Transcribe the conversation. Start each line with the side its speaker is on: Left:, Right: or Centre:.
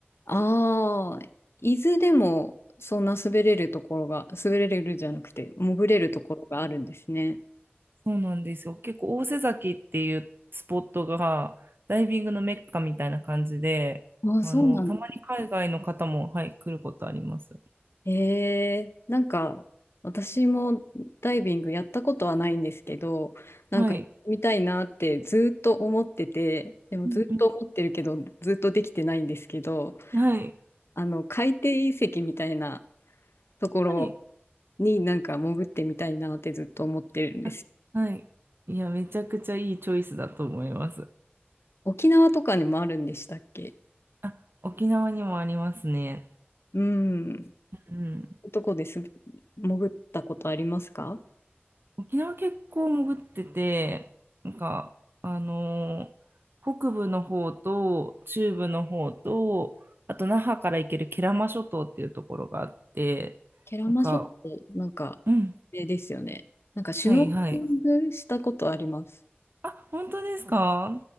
Left: ああ、伊豆でもそんな滑れるところが、滑れるじゃなくて潜れるところがあるんですね。
Right: そうなんですよ。結構、大瀬崎っていうスポットが、ダイビングのメッカみたいな感じで、
Left: ああ、
Right: あの、
Left: そうなんだ。
Right: たまに海外の方も、はい、来ることあります。
Left: えー、なんか私もダイビングやったことはないんですけど、なんかやってみたいなってずーっと思ってて、
Right: はい。
Left: でもずーっと思ってるけど、
Right: うんうん
Left: ずーっとできてないんですけど、
Right: はい。
Left: あの、海底遺跡みたいなところ
Right: はい。
Left: になんか潜ってみたいなってずっと思ってるんです。
Right: あはい。いや、めちゃくちゃいいチョイスだと思います。
Left: 沖縄とかにもあるんでしたっけ
Right: あ、沖縄にもありますね。
Left: うん。
Right: うん。
Left: どこです潜ったことありますか
Right: 沖縄結構潜ってて、なんか、あのー北部の方と中部の方と、あと那覇から行ける慶良間諸島っていうところがあって、
Left: ケラマ諸島、
Right: なんか、
Left: なんか、
Right: うん、
Left: えですよね。なんかシュノーケリングしたことあります。
Right: はいはい。あ、本当ですか